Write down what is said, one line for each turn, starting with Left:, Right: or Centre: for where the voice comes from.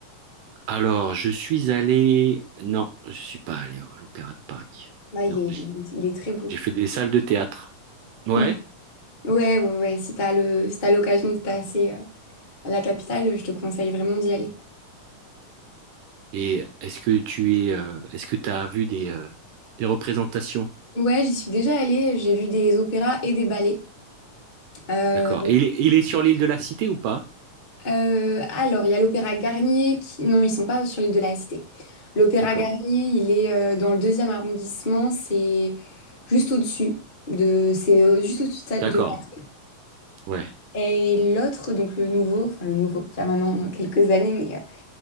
Right: Alors je suis allé, non, je suis pas allé à l'Opéra de Paris.
Left: Bah, il
Right: Non,
Left: est, il il est très beau.
Right: j'ai fait des salles de théâtre. Ouais.
Left: Mm. Ouais, ouais, ouais. Si t'as le, si t'as l'occasion de passer euh, à la capitale, je te conseille vraiment d'y aller.
Right: Et est-ce que tu es, euh, est-ce que tu as vu des, euh, des représentations?
Left: Ouais, j'y suis déjà allée. J'ai vu des opéras et des ballets. Euh,
Right: D'accord. Et il est, il est sur l'île de la Cité ou pas?
Left: Euh, alors, il y a l'Opéra Garnier qui... Non, ils sont pas sur l'île de la Cité. L'Opéra
Right: D'accord.
Left: Garnier, il est euh, dans le deuxième arrondissement, c'est juste au-dessus de... C'est euh, juste au-dessus de... ça-
Right: D'accord.
Left: de ça.
Right: Ouais.
Left: Et l'autre, donc le nouveau, enfin le nouveau, qui a maintenant quelques années, mais euh,